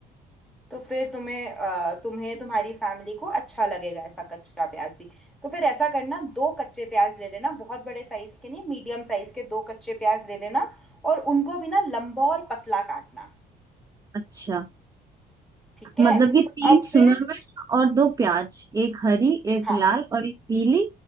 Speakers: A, in the centre; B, on the right.
A: तो फिर तुम्हें अ, तुम्हें तुम्हारी फैमिली को अच्छा लगेगा ऐसा कच्चा प्याज भी तो फिर ऐसा करना दो कच्चे प्याज ले लेना बहुत बड़े साइज के नहीं मीडियम साइज के दो कच्चे प्याज ले लेना और उनको भी ना लंबा और पतला काटना
B: अच्छा
A: ठीक है
B: मतलब कि तीन
A: अब
B: शिमला
A: फिर
B: मिर्च और दो प्याज एक हरी एक
A: हाँ
B: लाल और एक पीली